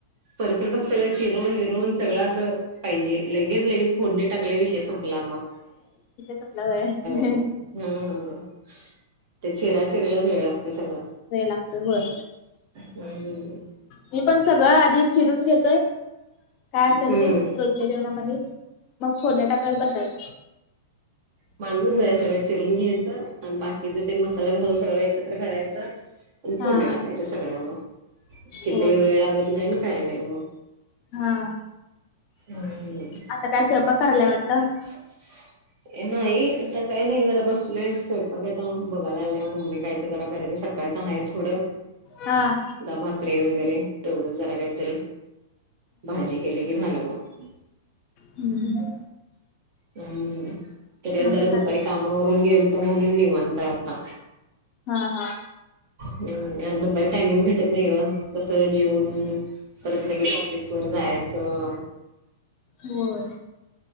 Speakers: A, on the right; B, on the left.
A: परफेक्टच सगळ चिरून -बिरून सगळं असं पाहिजे, लगेच -लगेच फोडणी टाकले विषय संपला मग.
B: तपला व <unintelligible>
A: हम्म, ते चिरा- चिरीलाच वेळ लागतो सगळा.
B: वेळ लागतोय होय
A: हम्म.
B: मी पण सगळं आधी चिरून घेतोय, काय असेल
A: हम्म
B: ते च्या जेवणामध्ये, मग फोडनी टाकात बसायच.
A: माजूनद्धा, हे सगळं चिरून घ्यायचं आणि बाकीच ते मसाला मसाला सगळं एकत्र करायचं प
B: हा
A: फोडणी टाकायच्या सगळ्या मग, कि
B: होय
A: वेळ लागत नाही काही नाही मग.
B: हा.
A: हम्.
B: आता काय स्वयपाक करायला वाटतं?
A: <inaudible> नाही, आता काय नाही जरा बसलोय स्वयंपाक आता बघायला आल्या मम्मी काय तर जरा करायच स कालचं आहे थोडं
B: हा.
A: ता भाकरीे वगैरे तेवढंच जरा काहीतरी, भाजी केले की झालं मग.
B: हम्म.
A: हम्म, तरी आज
B: मम्मी
A: जरा
B: करायल्या
A: दुपारी काम आवरून गेलतो म्हणून निवांत हाय आता.
B: हा हा,,
A: ह दुपारी टायमिंग भेटत नाही ग, तस जेवून परत लगेच ऑफिस वर जायचं.
B: होय